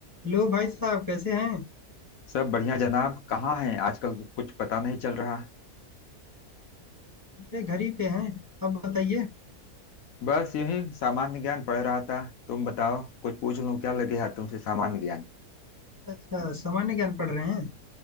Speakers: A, on the right; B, on the left.
A: Hello भाई साहब कैसे हैं
B: सब बढ़िया जनाब कहाँ हैं आजकल कुछ पता नहीं चल रहा
A: अरे घर ही पे हैं अब बताइए
B: बस यूं ही सामान्य ज्ञान पढ़ रहा था तुम बताओ कुछ पूछ लूं क्या लगे हाथ तुमसे सामान्य ज्ञान
A: अच्छा सामान्य ज्ञान पढ़ रहे हैं